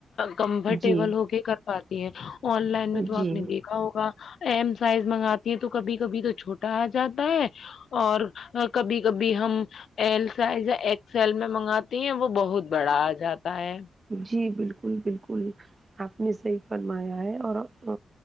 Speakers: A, on the left; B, on the right.
A: کمفرٹیبل
B: جی
A: ہو کے کر پاتی ہے آن لائن میں تو
B: جی
A: آپ نے دیکھ ہوگا ایم سائز منگاتی ہیں تو کبھی کبھی تو چھوٹا آ جاتا ہے اور کبھی کبھی ہم ایل سائز ایکسل میں منگاتی ہیں وہ بہت بڑا آ جاتا ہے
B: جی بالکل بالکل آپ نے صحیح فرمایا ہے اور اب